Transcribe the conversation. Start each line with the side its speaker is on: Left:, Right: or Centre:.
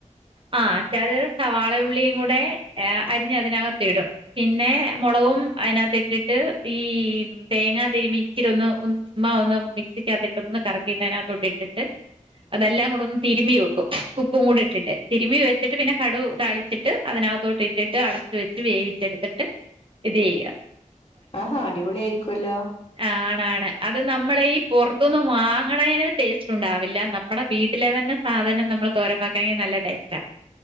Right: ആഹ് <unintelligible> സവാള യുള്ളിയും കൂടെ എ അരിഞ്ഞ് അതിനകത്തിടും. പിന്നെ മൊളകും അയ്നാത്തിട്ടിട്ട് ഈ തേങ്ങാ തിരിമി ഇച്ചിരി ഒന്ന് ഒന്ന് ചുമ്മാ ഒന്ന് മിക്സിക്കാത്തിട്ട് ഒന്ന് കറക്കിട്ടയ്നാത്തോട്ടിട്ട് അതെല്ലാം കൂടെ ഒന്ന് തിര്മിവെക്കും ഉപ്പും കൂടി ഇട്ട്. ട്ട് തിര്മി വെച്ചിട്ട് പിന്നെ കടുതാളിച്ചിട്ട് അതിനാത്തോട്ട് ഇട്ടിട്ട് അടച്ച് വെച്ച് വേവിച്ചെട്ത്ത്ട്ട്. ഇത് ചെയ്യാ.
Left: ആഹാ അടിപൊളി ആയിരിക്കുല്ലോ.
Right: ആഹ് ആണാണ് അത് നമ്മടെയി പൊറ്ത്തുന്ന് വാങ്ങ്ണയ്ന് ടേസ്റ്റ് ഉണ്ടാവില്ല നമ്മടെ വീട്ടിലെ തന്നെ സാധനം നമ്മള് തോരം <unintelligible> നല്ല ടേസ്റ്റാ.